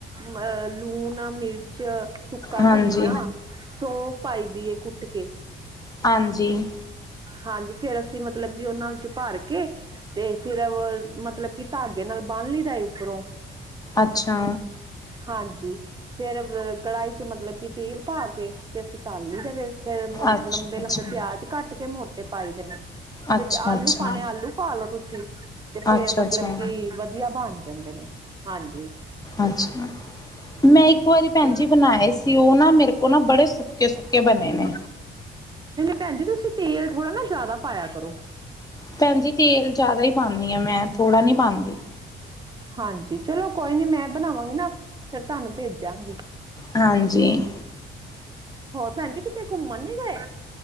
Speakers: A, on the right; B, on the left.
A: ਅਹ ਲੂਣ ਨਾਲ ਮਿਰਚ ਚ ਸੁੱਕਾ
B: ਹਾਂਜੀ।
A: ਧਨੀਆ, ਸੌਫ ਪਾਈਦੀ ਏ ਕੁੱਟ ਕੇ
B: ਹਾਂਜੀ,
A: ਹਾਂਜੀ ਫੇਰ ਅਸੀਂ ਮਤਲਬ ਕਿ ਉਹਨਾਂ ਵਿੱਚ ਭਰ ਕੇ ਤੇ ਫਿਰ ਮਤਲਬ ਕਿ ਧਾਗੇ ਨਾਲ ਬਾਹਨ ਲਈਦੈ ਉੱਪਰੋਂ
B: ਅੱਛਾ
A: ਹਾਂਜੀ ਫੇਰ ਅ ਕੜਾਹੀ ਚ ਮਤਲਬ ਕਿ ਤੇਲ ਪਾ ਕੇ ਤੇ ਅਸੀਂ ਤੱਲ ਲਈਦੇ ਵੇ ਫਿਰ ਮੋ
B: ਅੱਛਾ,
A: ਲੰਬੇ-ਲੰਬੇ
B: ਅੱਛਾ।
A: ਪਿਆਜ ਕੱਟ ਕੇ ਮੋਟ ਪਾਈਦੇ ਨੇ
B: ਅੱਛਾ,
A: ਵਿੱਚ ਆਲੂ
B: ਅੱਛਾ,
A: ਪਾਣੇ ਆਲੂ ਪਾ ਲਓ ਤੁਸੀਂ ਤੇ ਫੇਰ
B: ਅੱਛਾ,
A: ਮਤਲਬ
B: ਅੱਛਾ,
A: ਕਿ ਵਧੀਆ ਬਣ ਜਾਂਦੇ ਨੇ ਹਾਂਜੀ
B: ਅਛਾ ਮੈਂ ਇੱਕ ਵਾਰੀ ਭੈਣ
A: ਤੁਸੀਂ
B: ਜੀ ਬਣਾਏ ਸੀ ਉਹ ਨਾ ਮੇਰੇ ਕੋਲ ਨਾ ਬੜੇ ਸੁੱਕੇ-ਸੁੱਕੇ ਬਣੇ ਨੇ
A: ਭੈਣਜੀ ਤੁਸੀ ਤੇਲ ਥੋੜਾ ਨਾ ਜ਼ਿਆਦਾ ਪਾਇਆ ਕਰੋ
B: ਭੈਣਜੀ ਤੇਲ ਜਿਆਦਾ ਹੀ ਪਾਂਦੀ ਆਂ ਮੈਂ ਥੋੜ੍ਹਾ ਨੀ ਪਾਂਦੀ
A: ਹਾਂਜੀ ਚਲੋ ਕੋਈ ਨੀ ਮੈਂ ਬਣਾਵਾਂ ਨਾ ਫਿਰ ਤੁਹਾਨੂੰ ਭੇਜਾਂਗੀ
B: ਹਾਂਜੀ।
A: ਹੋਰ ਭੈਣ ਜੀ ਕਿਤੇ ਘੁੰਮਣ ਨੀ ਗਏ